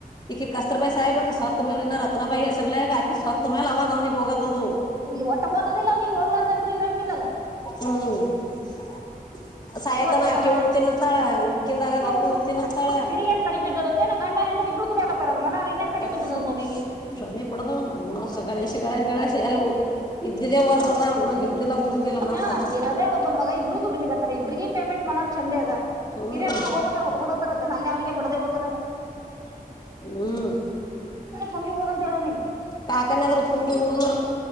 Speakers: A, on the left; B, on the right.
A: ಈಕಿ ಕಸ್ತರಬಾಯಿ ಸಾಯಬೇಕ ಸತ್ ಮೇಲೆ ಇ ರತ್ನ ಬಾಯಿ ಹೆಸರ್ಲ್ಲ ಆಕಿ ಸತ ಸತ್ತ ಮೇಲೆ ಅವಾಗ ಅವನಗೆ ಹೋ ಗಾದು
B: ಈ ಒಟ್ಟ ಒದದಿಲ್ಲ ಅವ್ನಿಗೆ ಹೋಗ್ಲಾರ್ದ ಅಂತ್ರ ಇರಂಗಿಲ್ಲಲ
A: ಹ್ಮ್ <inaudible> ಸಾಯತನ
B: ಇವತ್ತಿಲ್ಲ
A: ಆಕಿ
B: ನಾಳೆಗೆ
A: ಉನ್ತೀನಿ ಅಂತಾಳ ಈಕಿಂದಗನಾ
B: ಹ್ಮ್
A: ಹಾಕಿ ಉಣ್ತನ ಅಂತಾಳ
B: ಇವನಿಗೇನ್ ಕಡಿಮೆ ಬಿದ್ದದತ್ತೇನ ಗಂಡ ಹೆಂಡ್ರಿ ಇಬ್ರು ದುಡಿಯಾಕತ್ತಾರಲ್ ಮನಾರ್ ಇನ್ನೇನ್ ಕಡಿಮೆ
A: ಕೆಟ್ಟ
B: ಬಿದ್ದದಂತ ಅವನಿಗೆ
A: ಬ್ರಮೆ ಬಡದ <inaudible> ಅ ಗಣೇಶಿ ಗಗಳೇಶಿ ಗಗಳೇಶಿ ಎಲ್ಲ ಇದ್ದಿದ್ದೇವು <inaudible> ಒಂದ ನ ಹಿಂದಿಲ್ಲ ಮುಂದಿಲ್ ಮತ್ತ
B: ಹಾ ಇರದೇ ಒಬ್ಬನ್ ಮಗ ಇಬ್ರು ದುಡಲಿಕತರ್ ಇಬ್ರಗಿ ಪೇೆಮೆಂಟ್ ಮನರಾ ಚಂದೇ ಅದ
A: ಹ್ಮ್
B: ಹಿರಿಯೇರ ಹೋಗಬೇಕರಾ ಹೊತಗೊಂಡ ಅಂತನಾ ಬಿಡದೇ ಹೊತರಲ್ಲ
A: ಹ್ಮ್
B: ಪೊಂಗಿ ಹೋದ್ ಅಂತ ಹೇಳ ಅವ್ನಿಗೆ
A: ಕಾಕನ ಏದಾರ ಪುಂಗಿ ಊದ